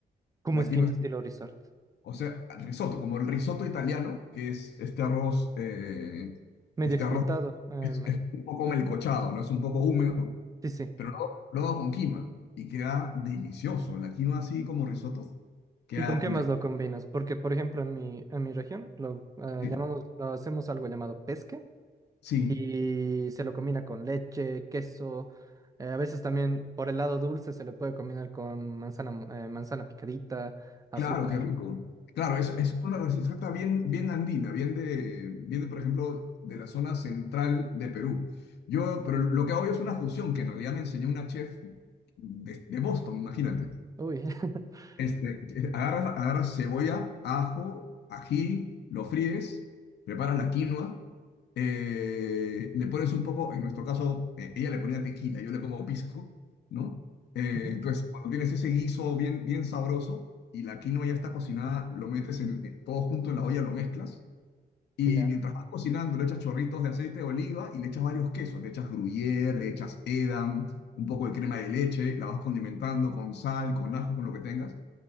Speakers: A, on the right (about 20°); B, on the left (about 80°).
A: ¿Cómo
B: La
A: es
B: quinoa
A: quinoa estilo resort?
B: O sea, risotto, como el risotto italiano, que es este arroz, eh,
A: medio
B: este
A: explotado.
B: arroz
A: em,
B: es, es un poco melcochado, ¿no? Es un poco húmedo,
A: sí, sí.
B: pero luego, luego con quinoa y queda delicioso. La quinoa así como risotto, queda
A: ¿Y con qué
B: ri-
A: más lo combinas? Porque, por ejemplo, en mi, en mi región lo eh,
B: Sí,
A: llamamos, lo hacemos algo llamado pesque
B: sí,
A: y se lo combina con leche, queso. eh, a veces también por el lado dulce se le puede combinar con manzana, mo- eh, manzana picadita, azúcar.
B: claro, qué rico. Claro, es, es una receta bien, bien andina, bien de, bien de, por ejemplo, de la zona central de Perú. Yo, pero lo que hago yo es una fusión que en realidad me enseñó una chef de, de Boston, imagínate.
A: Uy. <laughs>
B: Este, que- agarras, agarras cebolla, ajo, ají, lo fríes, preparas la quinoa, eh, le pones un poco, en nuestro caso, eh, ella le ponía tequila, yo le pongo pisco, ¿no? Eh,
A: Ujú,
B: entonces, cuando tienes ese guiso bien, bien sabroso y la quinoa ya está cocinada, lo metes en, eh, todo junto en la olla, lo mezclas y
A: Ya.
B: mientras vas cocinando le echas chorritos de aceite de oliva y le echas varios quesos, le echas gruyere, le echas edam, un poco de crema de leche, la vas condimentando con sal, con ajo, con lo que tengas